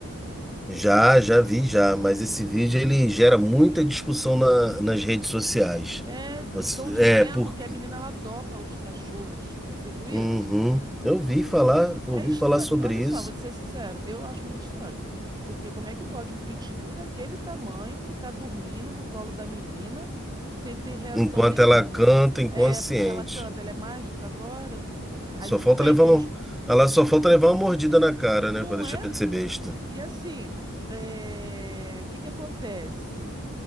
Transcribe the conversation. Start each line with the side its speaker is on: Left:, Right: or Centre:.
Centre: Já, já vi já, mas esse vídeo ele gera muita discussão na- nas redes sociais.
Right: É, estão
Centre: Você-
Right: dizendo
Centre: é, porque.
Right: que a menina, ela dopa os cachorros. Você viu isso?
Centre: Uhum, eu ouvi falar,
Right: É
Centre: ouvi
Right: estranho.
Centre: falar sobre
Right: Olha só,
Centre: isso.
Right: vou te ser sincero, eu acho muito estranho. Porque como é que pode um pitbull daquele tamanho ficar dormindo no colo da menina sem ter reação
Centre: Enquanto
Right: nenhuma?
Centre: ela canta inconsciente.
Right: É, porque ela canta, ela é mágica agora? Aí
Centre: Só
Right: tudo
Centre: falta
Right: bem,
Centre: levar
Right: tem uns.
Centre: um, ela só falta levar uma mordida na cara,
Right: Não
Centre: né, para deixar
Right: é?
Centre: de ser besta.
Right: E assim, é, o que que acontece?